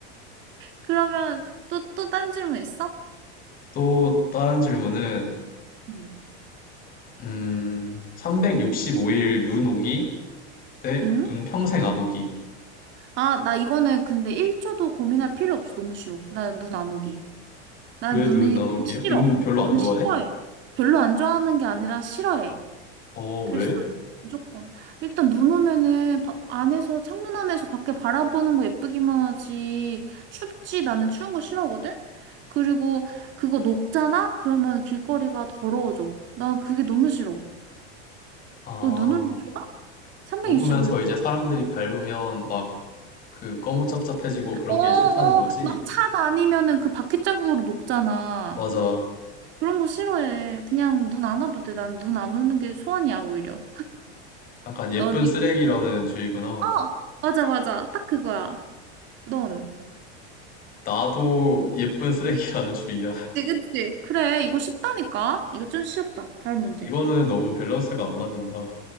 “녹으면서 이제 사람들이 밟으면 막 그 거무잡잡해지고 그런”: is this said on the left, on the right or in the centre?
Left